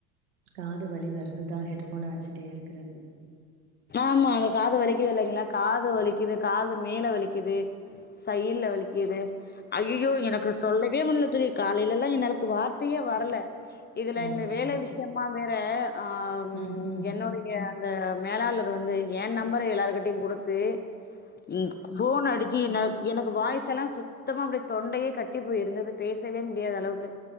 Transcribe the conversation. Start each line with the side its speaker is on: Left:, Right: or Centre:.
Right: காது வலி வருதுதா ஹெட் ஃபோனை வச்சிட்டே இருக்கறது
Left: ஆமா அந்த காது வலிக்குது இல்லைங்களா காது வலிக்குது காது மேல வலிக்குது சயிட்ல வலிக்குது ஐயயோ எனக்கு சொல்ல வே முடில தோழி காலைல எல்லா என்னாலக்கு வார்த்தையே வரல இதுல
Right: ம்
Left: இந்த வேல
Right: ம்
Left: விஷயமா வேர இப்ப ஆ
Right: ம்
Left: என்னுடைய இந்த மேலாளர் வந்து ஏன் நம்பர எல்லாருகிட்டுயு குடுத்து ம் போன் அடிக்கி என்னால் எனக்கு வாய்ஸ் எல்லா சுத்தமா அப்டி தொண்டயே கட்டி போய் இருந்தது பேசவே முடியாதளவுக்கு